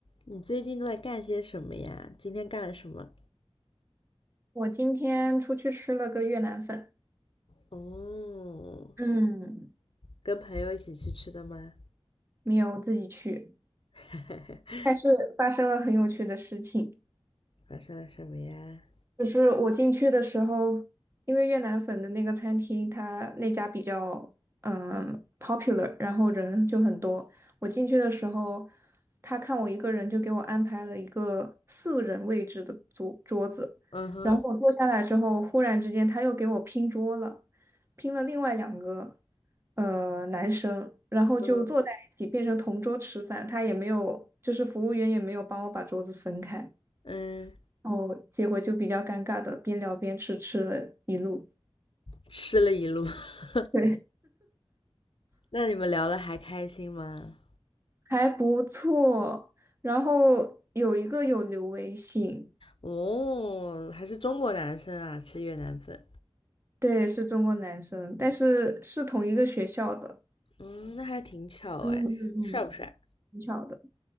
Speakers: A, on the left; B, on the right.
A: 你最近都在干些什么呀？今天干了什么？
B: 我今天出去吃了个越南粉，
A: 哦，
B: 嗯，
A: 跟朋友一起去吃的吗？
B: 没有自己去，
A: <laughs>
B: 但是发生了很有趣的事情。
A: 发生了什么呀？
B: 就是我进去的时候，因为越南粉的那个餐厅，他那家比较嗯 popular，然后人就很多。我进去的时候，他看我一个人，就给我安排了一个四人位置的桌桌子。
A: 嗯哼，
B: 然后我坐下来之后，忽然之间他又给我拼桌了，拼了另外两个呃男生，然后就坐在一起变成同桌吃饭。
A: 嗯
B: 他也没有，就是服务员也没有帮我把桌子分开。
A: 嗯，
B: 哦，结果就比较尴尬的，边聊边吃，吃了一路
A: 吃了一路。<laughs>
B: <laughs>，对，
A: 那你们聊的还开心吗？
B: 还不错。然后有一个有留微信，
A: 哦，还是中国男生啊，吃越南粉。
B: 对，是中国男生，但是是同一个学校的，
A: 嗯，那还挺巧哎，
B: 嗯嗯嗯
A: 帅不帅？
B: 挺巧的，